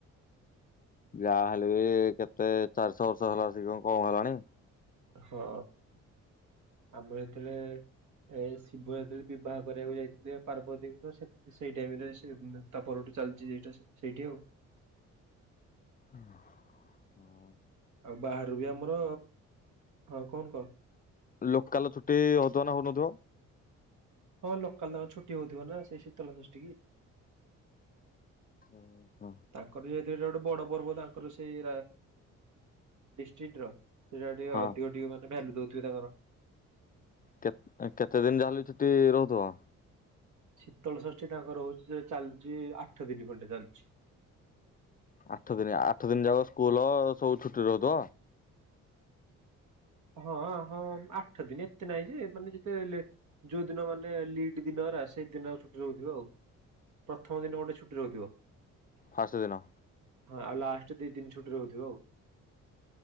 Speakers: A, on the left; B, on the right.
A: ଯାହା ହେଲେ ବି କେତେ ଚାରିଶଛ ବର୍ଷ ହେଲା ସେ କଣ କମ ହେଲାଣି
B: ହଁ ଆମର ଏଥିରେ ଏ ଶିବ ଯେତେଳେ ବିବାହ କରିଆକୁ ଯାଇଥିଲେ ପାର୍ବତୀଙ୍କୁ ତ ସେଇ ଟାଇମ୍ ରେ ସେ ତା ପରଠୁ ଚାଲିଚି ଏଇଟା ସେଇଠି ଆଉ।
A: ହୁଁ ହଁ
B: ଆଉ ବାହାରୁ ବି ଆମର, ହଁ କଉନୁ କ।
A: ଲୋକାଲ ଛୁଟି ହଉଥିବ ନା ହଉନଥିବ?
B: ହଁ ଲୋକାଲ ତାଙ୍କର ଛୁଟି ହଉଥିବ ନା ସେଇ ଶୀତଳ ଷଷ୍ଟି କି।
A: ହଁ।
B: ତାଙ୍କର <unintelligible> ଗୋଟେ ବଡ ପର୍ବ ତାଙ୍କର ସେଇ ଡିଷ୍ଟ୍ରିଟ୍ ର। ସେଇଟା ଟିକେ
A: ହଁ
B: ଅଧିକ ଟିକେ ମାନେ ଭ୍ୟାଲ୍ୟୁ ଦଉଥିବେ ତାଙ୍କର।
A: କେତ୍ କେତେ ଦିନ୍ ଯାହେଲେ ବି ଛୁଟି ରହୁଥିବ?
B: ଶୀତଳ ଷଷ୍ଠୀ ତାଙ୍କର ହଉଚି ଯେ ଚାଲୁଚି ଆଠ ଦିନି ଖଣ୍ଡେ ଚାଲୁଛି।
A: ଆଠ ଦିନି ଆଠ ଦିନ୍ ଯାକ ସ୍କୁଲ ସବୁ ଛୁଟି ରହୁଥିବ?
B: ହଁ-ହଁ ଆଠ ଦିନି ଏତେ ନାହିଁ ଯେ, ମାନେ ଯେତେ ଲେ ଯୋଉଦିନ ମାନେ ଲିଟ୍ ଦିନଗୋରା, ସେଇଦିନ ଛୁଟି ରହୁଥିବ ଆଉ। ପ୍ରଥମ ଦିନ ଗୋଟେ ଛୁଟି ରହୁଥିବ।
A: ଫାଷ୍ଟ ଦିନ।
B: ହଁ ଆଉ ଲାଷ୍ଟ ଦି ତିନ ଛଟି ରହୁଥିବ ଆଉ।